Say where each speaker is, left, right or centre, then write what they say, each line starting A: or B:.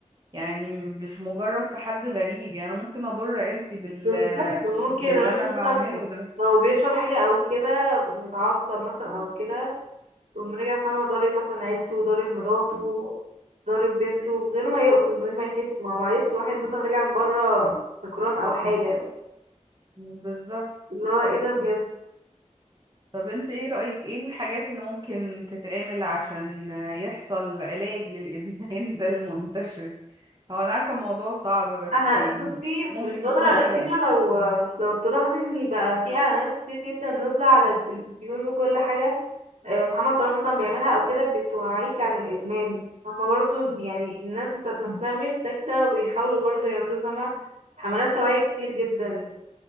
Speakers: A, on the right (about 35°); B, on the right (about 80°).
A: يعني مش مجرد في حد غريب يعني أنا ممكن اضر عيلتي بال
B: بالظبط ممكن
A: باللي
B: الواحد
A: انا
B: مثلا
A: بعمله ده
B: لو بيشرب حاجة أو كده متعصب مثلا أو كده يقوم رجع فاهمة ضارب مثلا عيلته ضارب مراته ضارب بنته من غير ما يقصد من غير ما يحس ما هو معلش واحد مثلا راجع من بره سكران او حاجة
A: بالظبط
B: اللي هو ايه ده بجد
A: طب انت ايه رأيك ايه الحاجات اللي ممكن تتعمل عشان يحصل علاج للإدمان ده المنتشر هو انا عارفة الموضوع صعب بس
B: انا
A: يعني
B: بصي
A: ممكن
B: من الفترة
A: يكون
B: الأخيرة
A: ايه رأيك
B: لو لو تلاحظي ان بقى في اعلانات كتير جدا نازلة على التلفزيون وكل حاجة آه، محمد صلاح مثلا بيعملها او كده بتوعيك عن الادمان هما برضو يعني الناس بتاعت نفسها مش ساكتة وبيحاولوا برضو يعملوا فاهمة حملات توعية كتير جدا